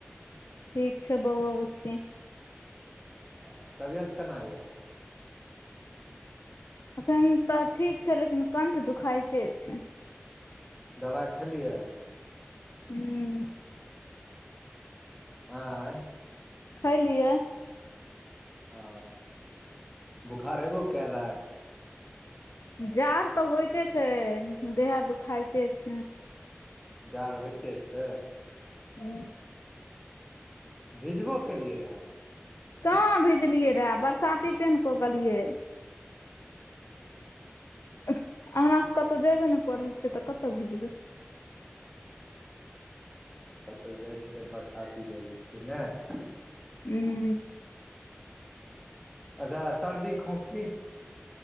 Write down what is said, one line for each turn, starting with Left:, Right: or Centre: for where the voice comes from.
Left: ठीक छै बौओ बुचि
Centre: अ तबियत केना यऽ
Left: एखैन तऽ ठीक छै लेकिन कण्ठ दुखाइते छै
Centre: दबाइ खेलियै
Left: हु
Centre: आइ
Left: खलियै
Centre: ओ बोखार ऐबो कयल आय
Left: जाड़ तऽ होइते छै देह हाथ दुखाइते छै
Centre: जाड़ होइते छै
Left: हू
Centre: भिजबो केलियै रहै
Left: कहाँ भेजलियै रहै बरसाती पेन्ह कऽ गेलियै अंगना स कतहु जेबे न करै छिये तऽ कतअ भीजबै
Centre: कतहु जाइ छियै तऽ बरसाती लऽ लै छियै नइ
Left: हू
Centre: अच्छह सर्दी खोखी